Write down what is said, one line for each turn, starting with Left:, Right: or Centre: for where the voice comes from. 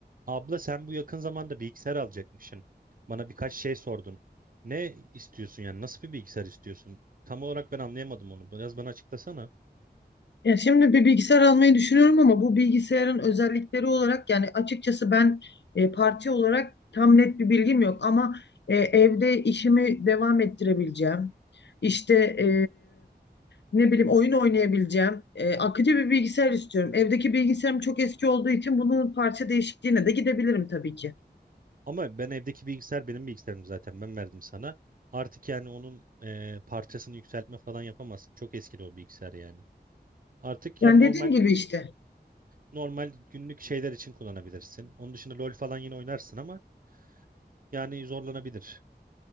Right: Abla sen bu yakın zamanda bilgisayar alacakmışsın. Bana birkaç şey sordun. Ne istiyorsun yani? Nasıl bir bilgisayar istiyorsun? Tam olarak ben anlayamadım onu. Biraz bana açıklasana.
Left: Ya şimdi bir bilgisayar almayı düşünüyorum ama bu bilgisayarın özellikleri olarak yani açıkçası ben e, parça olarak tam net bir bilgim yok ama e, evde işimi devam ettirebileceğim. İşte e, ne bileyim oyun oynayabileceğim. e, akıcı bir bilgisayar istiyorum. Evdeki bilgisayarım çok eski olduğu için bunun parça değişikliğine de gidebilirim tabii ki.
Right: Ama ben evdeki bilgisayar benim bilgisayarım zaten. Ben verdim sana. Artık yani onun e, parçasını yükseltme falan yapamazsın. Çok eskidi o bilgisayar yani. Artık
Left: Yani
Right: yani normal
Left: dediğim gibi işte.
Right: normal günlük şeyler için kullanabilirsin. Onun dışında LoL falan yine oynarsın ama yani zorlanabilir.